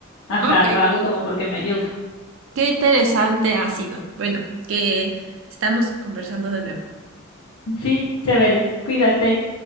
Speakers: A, on the left; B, on the right.
A: ajá,
B: Ok,
A: lo hago como porque me ayuda.
B: qué interesante ha sido. Bueno, que estamos conversando de nuevo.
A: Sí, chévere. Cuídate.